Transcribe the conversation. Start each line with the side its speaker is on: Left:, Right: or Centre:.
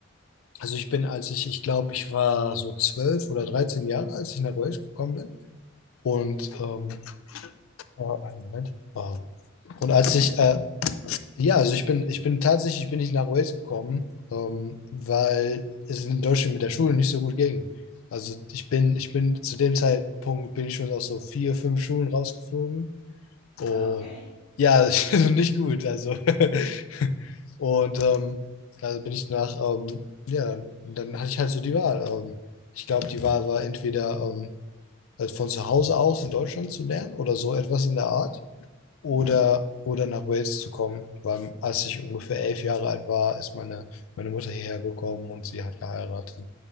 Left: also ich bin, als ich, ich glaube, ich war so zwölf oder dreizehn Jahre, als ich nach Wales gekommen bin. Und ähm, äh, einen Moment. Ähm, und als
Centre: Mhm.
Left: ich, äh, ja, also ich bin, ich bin tatsächlich, ich bin nicht nach Wales gekommen, ähm, weil es in Deutschland mit der Schule nicht so gut ging. Also ich bin, ich bin zu dem Zeitpunkt bin ich schon aus so vier, fünf Schulen rausgeflogen. Und
Centre: Okay.
Left: ja, <laughs> also nicht gut. Also, <laughs> und ähm, also bin ich nach, ähm, ja, dann hatte ich halt so die Wahl. Ähm, ich glaube, die Wahl war entweder ähm, also von zu Hause aus in Deutschland zu lernen oder so etwas in der Art oder,
Centre: Mhm.
Left: oder nach Wales zu kommen, weil als ich ungefähr elf Jahre alt war, ist meine, meine Mutter hierher gekommen und sie hat geheiratet.